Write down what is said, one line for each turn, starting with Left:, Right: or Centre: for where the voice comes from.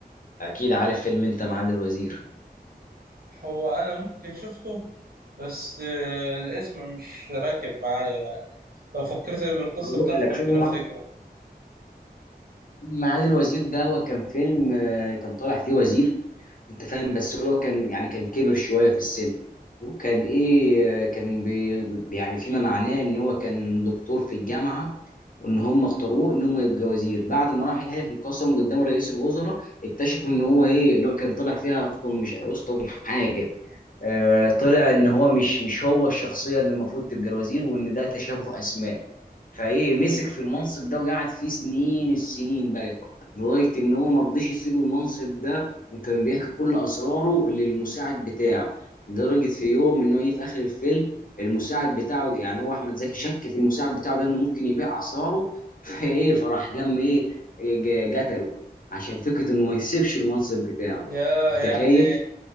Left: اكيد عارف فيلم انت معالي الوزير
Right: هو انا ممكن شفته بس آه، الاسم مش راكب معايا يعني لو فكرت بالقصة
Left: بقول
Right: بتاعته
Left: لك
Right: ممكن
Left: فيلم
Right: افتكره
Left: معالي الوزير ده هو كان فيلم آه، كان طالع فيه وزير انت فاهم بس هو لو كان يعني كان كبر شويه في السن وكان ايه كان بي يعني فيما معناه ان هو كان دكتور في الجامعه وان هم اختاروه ان هم يبقى وزير بعد ما راح يحلف القسم قدام رئيس الوزراء اكتشفوا ان هو ايه اللي هو كان طالع فيها رستم مش رستم حاجه آه طلع ان هو مش مش هو الشخصيه اللي المفروض تبقى الوزير وان ده تشابه اسماء فايه مسك في المنصب ده وقعد فيه سنين السنين بقى لغايه ان هو ما رضيش يسيب المنصب ده وكان بيحكي كل اسراره للمساعد بتاعه لدرجه في يوم ان هو جه في اخر الفيلم المساعد بتاعه يعني هو احمد زكي شك في المساعد بتاعه ده انه ممكن يبيع اسراره <laughs> فايه فراح جم ايه ج- قتله عشان فكره انه ما يسيبش المنصب بتاعه
Right: يا
Left: متخيل
Right: يعني